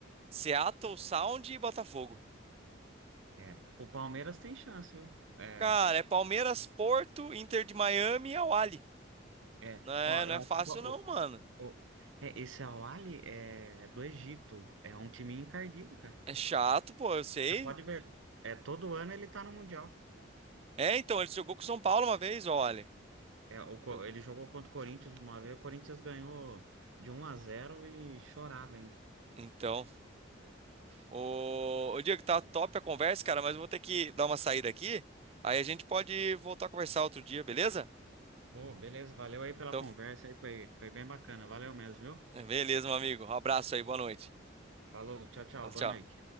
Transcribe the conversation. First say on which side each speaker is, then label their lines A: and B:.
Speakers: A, on the right; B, on the right.
A: Seattle Sound e Botafogo.
B: é. O Palmeiras tem chance, viu? É,
A: Cara, é Palmeiras, Porto, Inter de Miami e Al Ahly.
B: é.
A: Não é,
B: Ó, eu
A: não é
B: acho
A: fácil
B: que o,
A: não, mano.
B: o- o- é, esse Al-Ahly é do Egito. É um time encardido, cara.
A: É chato, pô, eu sei.
B: Você pode ver, é todo ano ele tá no Mundial.
A: É, então, ele jogou com o São Paulo uma vez, olha.
B: É, o Co-
A: Eu-
B: ele jogou contra o Corinthians uma vez, o Corinthians ganhou de um a zero e chorada ainda.
A: Então. Ô, ô Diego, tá top a conversa, cara, mas eu vou ter que dar uma saída aqui. Aí a gente pode voltar a conversar outro dia, beleza?
B: Pô, beleza, valeu aí pela
A: Então,
B: conversa, aí foi, foi bem bacana. Valeu mesmo, viu?
A: beleza, meu amigo. Um abraço aí, boa noite.
B: Falou, tchau, tchau,
A: Tchau. tchau.
B: boa noite.